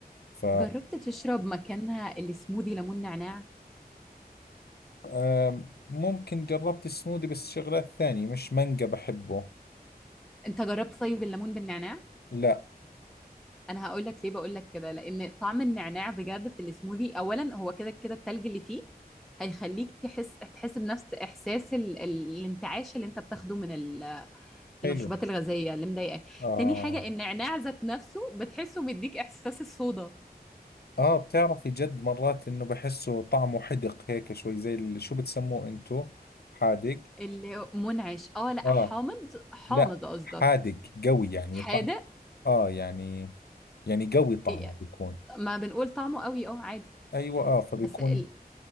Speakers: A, on the left (about 80°); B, in the centre.
A: ف
B: جربت تشرب مكانها السموذي ليمون نعناع
A: آه، ممكن جربت السموذي بس شغلات ثانية مش مانجا بحبه
B: انت جربت طيب الليمون بالنعناع
A: لا
B: انا هقول لك ليه بقول لك كده لان طعم النعناع بجد في السموذي اولا هو كده كده التلج اللي فيه هيخليك تحس تحس بنفس احساس ال... ال- الانتعاش اللي انت بتاخده من ال-
A: حلو
B: المشروبات الغازيه اللي مضايقاك
A: آه
B: تاني حاجه النعناع ذات نفسه بتحسه مديك احساس الصودا
A: اه بتعرفي جد مرات انه بحسه طعمه حدق هيك شوي زي ال- شو بتسموه انتو حادق
B: اللي هو منعش اه لا
A: اه
B: حامض حامض
A: لا
B: قصدك
A: حادق قوي يعني
B: حادق
A: طعم اه يعني يعني قوي طعمه
B: إيه،
A: بيكون
B: ما بنقول طعمه قوي اه عادي
A: ايوه اه فبيكون
B: بس ال...